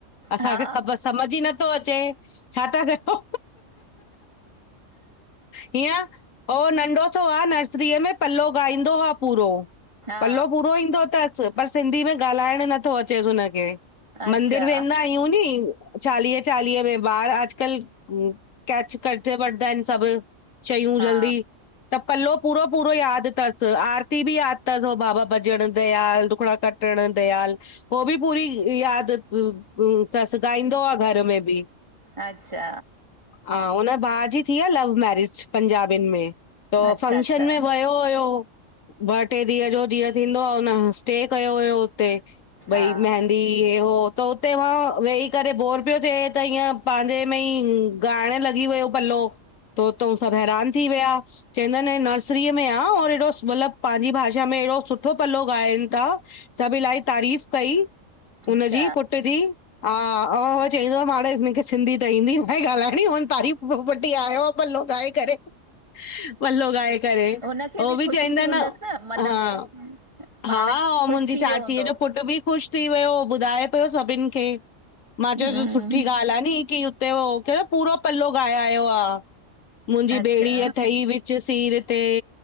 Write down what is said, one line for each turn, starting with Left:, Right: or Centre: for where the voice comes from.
Left: असांखे
Right: हा
Left: ख़बर सम्झ ई नथो अचे। छा था कयो हिन ओ नंढो सो आ नर्सरीअ में पल्लव गाईंदो आ पूरो
Right: हा
Left: पल्लव पूरो ईंदो थस। पर सिंधी में ॻाल्हाइण नथो अचेस हुनखे
Right: अच्छा
Left: मंदिर वेंदा आयूं नी। चालीहे चालीहे में ॿार अॼकल्ह कैच करे वठंदा आहिन सभ शयूं
Right: हा
Left: जल्दी। त पलो पूरो पूरो याद थस आरती बि याद थस हो बाबा बजण दयाल दुखड़ा कट प्ण दयाल हो बि पूरी याद तस ॻाईंदो आ घर में बि।
Right: अच्छा
Left: हा, हुनजे भाउ जी थी आ लव मैरिज पंजाबीन में। त
Right: अच्छा
Left: फंक्शन
Right: अच्छा
Left: में वयो हुयो। ॿ टे ॾींहं जो जीअं थींदो आह।, हुन स्टे कयो हुयो हुते। भई
Right: हा
Left: मेहदी, इ हो त हुते वेही करे बोर पियो थिए त ईअं पांजे में ई ॻाइण लॻी वियो पल्लो, त सभु हैरान थी विया। चवंदा आहिन नर्सरीअ में आ और एड़ो मतलबु पंहिंजी भाषा में एड़ो सुठो पल्लो ॻाइनि था सभु इलाही तारीफ़ कई। हुनजी
Right: अच्छा
Left: पुट जी हा हा उह चईंदो आ, माड़े मूंखे सिंधी त ईंदी न आहे ॻाल्हाइणी, हुन तारीफ़ वटी आयो आहे पल्लो ॻाए करे। पल्लो गाए करे,
Right: हुनखे
Left: उह बि
Right: ख़ुशी
Left: चंइंदा
Right: थी
Left: न
Right: हूंदसि मन
Left: हां
Right: में पाण
Left: हा, अंउ
Right: ख़ुशि
Left: मुंजी
Right: थी
Left: चाचीअ
Right: वियो हूंदो
Left: जो पुटु बि ख़ुश थी वियो, ॿुधाए पियो सभिन खे, मां चयो
Right: हम्म
Left: सुठी ॻाल्हि आ। कि उते हो क पूरो पल्लो ॻाए आयो आ, मुंहिंजी
Right: अच्छा
Left: ॿेड़ी अथई व च सीर ते,